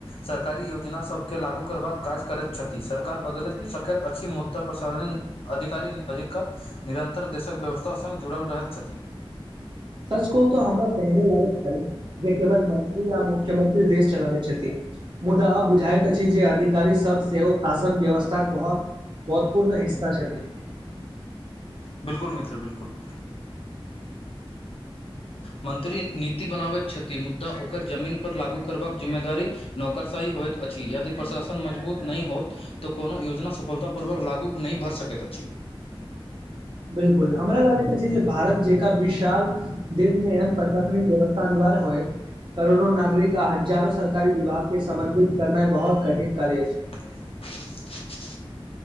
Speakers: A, on the left; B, on the right.
A: सरकारी योजना सबके लागू करबाक काज करैत छथि सरकार बदल सकैत अछि मुद्दा प्रसासन अधिकारी अधिकर निरन्तर देशक व्यवस्था सङ्ग जुड़ल रहैत छथि।
B: सच कहूँ तो हमरा पहिने लगैत छलै जे केवल मंत्री य मुख्यमंत्री देश चलाबैत छथिन। मुदा अब बुझाइत अछि जे अधिकारी सब सेहो शासन व्यवस्था के बाहुत बहुत्वपूर्ण हिस्सा छथिन।
A: बिलकुल मित्र बिलकुल मंत्री नीति बनाबैत छथिन मुद्दा ओकर जमीन पर लागू करबाक जिम्मेदारी नौकरशााही होइत अछि यदि प्रशासन मजबूत नहि होत तऽ कोनो योजना सफलता पूर्वक लागू नहि भर सकैत अछि।
B: बिल्कुल हमरा लगैत छैय जे भारत जेकाँ विशाल देश मे ऐहन कलीन व्यवस्था अनिवार्य होइ करोड़ो नागरिक आ हजारो से सरकारी विभाग के समन्धित करनाई बहुत कठिन कार्य अछि।
A: <unintelligible>